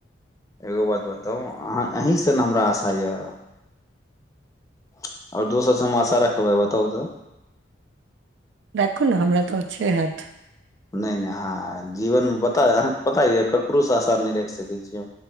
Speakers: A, on the left; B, on the right.
A: एगो बात बताउ अह अहीँसँ ने हमरा आशा यए आओर दोसरसँ हम आशा रखबै बताउ तऽ
B: राखू ने हमरा तऽ अच्छे हैत
A: नहि नहि ह जीवन मे पता अहाँके पता य ककरोसँ आसान नहि राखि सकै छीिय